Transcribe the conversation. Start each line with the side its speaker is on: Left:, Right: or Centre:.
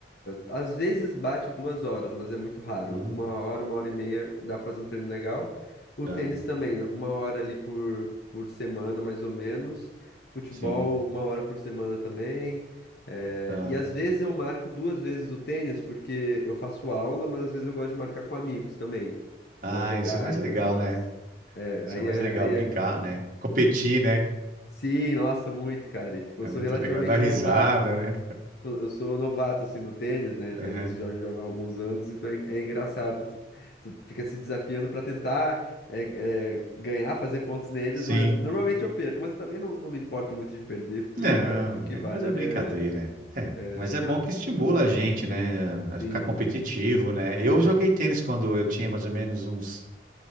Left: Às vezes bate duas horas, mas é muito raro.
Right: Uhum,
Left: Uma hora, uma hora e meia, dá pra fazer um treino legal. O
Right: tá,
Left: tênis também, né? uma hora ali por, por semana, mais ou menos. Futebol,
Right: sim,
Left: uma hora por semana também. É,
Right: tá.
Left: E às vezes eu marco duas vezes o tênis, porque eu faço aula, mas às vezes eu gosto de marcar com amigos também,
Right: Ah,
Left: pra jogar
Right: isso é mais
Left: entre
Right: legal,
Left: nós.
Right: né?
Left: É,
Right: Isso
Left: aí
Right: é mais
Left: é,
Right: legal,
Left: aí
Right: brincar,
Left: é...
Right: né? Competir, né?
Left: Sim, nossa, muito, cara. E, Tipo,
Right: É
Left: eu sou
Right: muito
Left: relativamente
Right: legal, dar risada,
Left: novato.
Right: né?
Left: Eu sou, eu sou novato, assim, no tênis, né? Eu
Right: Aham.
Left: tenho amigos que já jogam há alguns anos, então é, en- é engraçado. Tu, tu fica se desafiando pra tentar é, é, ganhar, fazer pontos neles,
Right: Sim.
Left: mas normalmente eu perco. Mas eu também não, não me importo muito de perder, porque
Right: Não,
Left: pra mim o que
Right: é,
Left: vale
Right: mas é
Left: ali
Right: brincadeira.
Left: é...
Right: É,
Left: é,
Right: mas é
Left: Mas,
Right: bom que estimula a gente, né? A
Left: sim.
Right: ficar competitivo, né? Eu joguei tênis quando eu tinha mais ou menos uns.